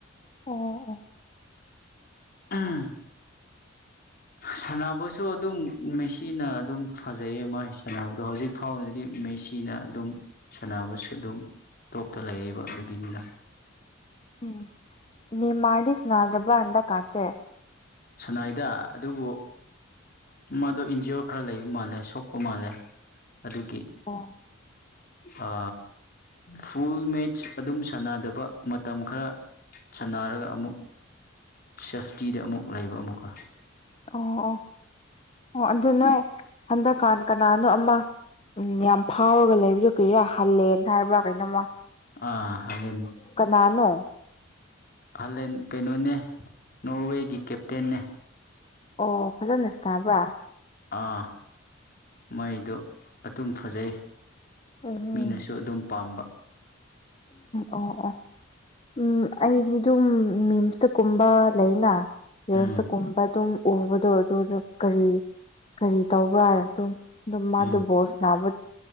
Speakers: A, on the left; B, on the left.
A: ꯎꯝ
B: ꯎꯝ ꯁꯥꯟꯅꯕꯁꯨ ꯑꯗꯨꯝ ꯃꯦꯁꯤꯅ ꯑꯗꯨꯝ ꯐꯖꯩꯌꯦ ꯃꯥꯏ ꯁꯥꯟꯅꯕꯗꯣ ꯍꯧꯖꯤꯛ ꯐꯥꯎꯅꯗꯤ ꯃꯦꯁꯤꯅ ꯑꯗꯨꯝ ꯁꯥꯟꯅꯕꯁꯨ ꯑꯗꯨꯝ ꯇꯣꯞꯇ ꯂꯩꯌꯦꯕ ꯑꯗꯨꯒꯤꯅꯤꯗ
A: ꯎꯝ ꯅꯦꯃꯔꯗꯤ ꯁꯥꯟꯅꯗꯕꯔꯥ ꯍꯟꯗꯛꯀꯥꯟꯁꯦ
B: ꯁꯥꯟꯅꯥꯏꯗ ꯑꯗꯨꯕꯨ ꯃꯥꯗꯣ ꯏꯟꯖꯨꯔ ꯈꯔ ꯂꯩꯕ ꯃꯥꯜꯂꯦ ꯁꯣꯛꯄ ꯃꯥꯜꯂꯦ ꯑꯗꯨꯒꯤ
A: <inaudible>
B: ꯑ ꯐꯨꯜ ꯃꯦꯆꯁ ꯑꯗꯨꯝ ꯁꯥꯟꯅꯗꯕ ꯃꯇꯝ ꯈꯔ ꯁꯥꯟꯅꯔꯒ ꯑꯃꯨꯛ ꯁꯦꯐꯇꯤꯗ ꯑꯃꯨꯛ ꯂꯩꯕ ꯑꯃꯨꯛꯀ
A: ꯑꯣ ꯑꯣ ꯑꯣ ꯑꯗꯨ ꯅꯣꯏ ꯍꯟꯗꯛꯀꯥꯟ ꯀꯅꯥꯅꯣ ꯑꯃ ꯎꯝ ꯌꯥꯝ ꯐꯥꯎꯔꯒ ꯂꯩꯕꯗꯨ ꯀꯔꯤꯔꯥ ꯍꯜꯂꯦꯟ ꯍꯥꯏꯕ꯭ꯔꯥ ꯀꯩꯅꯣꯝꯃꯣ
B: ꯑꯥ ꯍꯂꯥꯟ
A: ꯀꯅꯥꯅꯣ
B: ꯍꯂꯦꯟ ꯀꯩꯅꯣꯅꯦ ꯅꯣꯔꯋꯦꯒꯤ ꯀꯦꯞꯇꯦꯟ ꯅꯦ
A: ꯑꯣ ꯐꯖꯅꯁꯨ ꯇꯕ꯭ꯔꯥ
B: ꯑꯥ ꯃꯣꯏꯗꯣ ꯑꯗꯨꯝ ꯐꯖꯩ
A: ꯑꯣ
B: ꯃꯤꯅꯁꯨ ꯑꯗꯨꯝ ꯄꯥꯝꯕ
A: ꯑꯣ ꯑꯣ ꯎꯝ ꯑꯩꯗꯤ ꯗꯨꯝ ꯃꯤꯝꯁꯇꯀꯨꯝꯕ ꯂꯩꯅ ꯔꯤꯜꯁꯇꯥ
B: ꯎꯝ
A: ꯀꯨꯝꯕ ꯑꯗꯨꯝ ꯎꯕꯗꯣ ꯑꯗꯨꯗꯣ ꯀꯔꯤ ꯀꯔꯤ ꯇꯧꯕ꯭ꯔꯥ ꯑꯗꯨꯝ ꯑꯗꯨꯝ ꯃꯥꯗꯨ
B: ꯎꯝ
A: ꯕꯣꯁ ꯅꯥꯕ